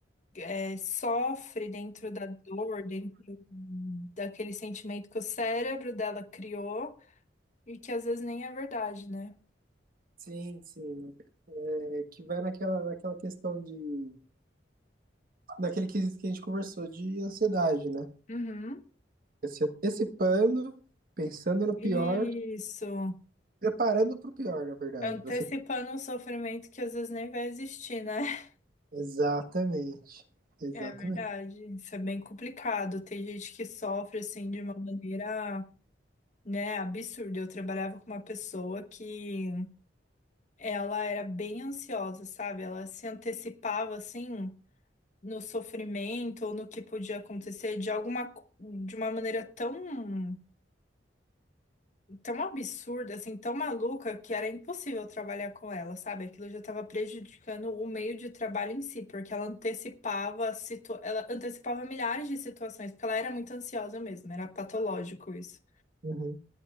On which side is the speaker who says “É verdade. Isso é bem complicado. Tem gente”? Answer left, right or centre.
Left